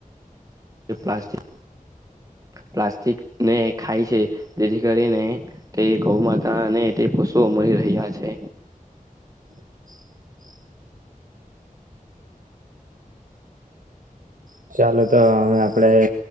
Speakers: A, on the right; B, on the right.
A: છે, પ્લાસ્ટી પ્લાસ્ટિકને ખાય છે, જેથી કરીને તે ગૌ મા તા ને તે પશુઓ મળી રહ્યાં છે.
B: <unintelligible> હ ચાલો તો હવે આપડે